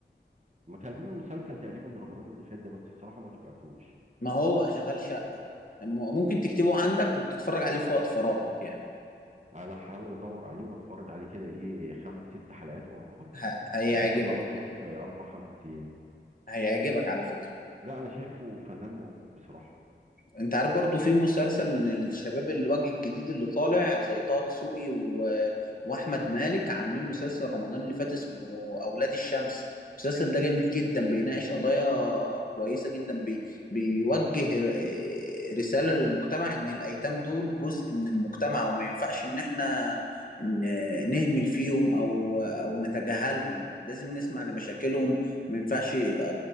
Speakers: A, on the right; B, on the left.
A: ما كان عامل مسلسل تقريبا رمضان اللي فات ده بس بصراحه ما تابعتوش
B: ما هو اشغال شقه م- ممكن تكتبه عندك وتتفرج عليه في وقت فراغك يعني
A: انا هحاول ادور عليه واتفرج عليه كده ايه خمس ست حلقات ورا بعض
B: ه... هيعجبك
A: بحيث اخلصه في اربع خمس ايام
B: هيعجبك على فكره
A: لا انا شايفه فنان موهوب بصراحه
B: انت عارف برضو في مسلسل من الشباب الوجه الجديد اللي طالع زي طه دسوقي و... واحمد مالك عاملين مسلسل رمضان اللي فات اسمه اولاد الشمس المسلسل ده جميل جدا بيناقش قضايا كويسة جدا بي... بيوجه ر... آه، رسالة للمجتمع ان الايتام دول جزء من المجتمع وما ينفعش ان احنا ن- نهمل فيهم او او نتجاهلهم لازم نسمع لمشاكلهم ما ينفعش يبقى